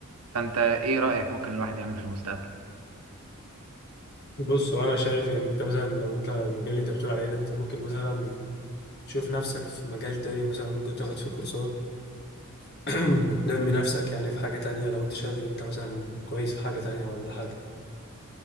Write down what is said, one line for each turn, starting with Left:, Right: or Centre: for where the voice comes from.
Right: فأنت إيه رأيك ممكن الواحد يعمل في المستقبل؟
Left: بص هو انا شايف يعني انت مثلا لو انت المجال اللي انت بتقول عليه ده انت ممكن مثلا تشوف نفسك في مجال تاني مثلا ممكن تاخد فيه كورسات <clears throat> وتنمي نفسك يعني في حاجه تانية لو انت شايف ان انت مثلا كويس في حاجه تانية ولا حاجه